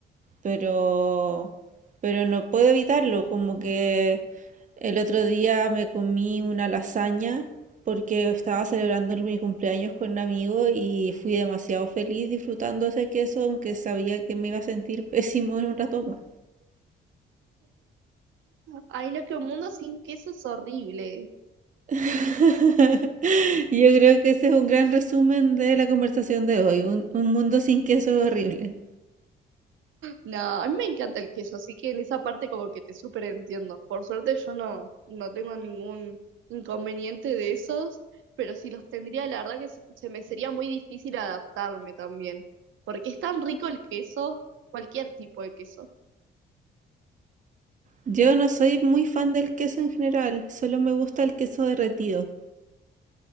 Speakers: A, on the right; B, on the right.
A: pero, pero no puedo evitarlo, como que el otro día me comí una lasaña porque estaba celebrando el- mi cumpleaños con un amigo y fui demasiado feliz disfrutando ese queso, aunque sabía que me iba a sentir <laughs> pésimo en un rato más.
B: Ay, no, es que un mundo sin queso es horrible.
A: <laughs> Yo creo que ese es un gran resumen de la conversación de hoy. Un, un mundo sin queso es horrible.
B: No, a mí me encanta el queso, así que en esa parte como que te súper entiendo. Por suerte yo no, no tengo ningún inconveniente de esos, pero si los tendría, la verdad que se, se me sería muy difícil adaptarme también, porque es tan rico el queso, cualquier tipo de queso.
A: Yo no soy muy fan del queso en general, solo me gusta el queso derretido,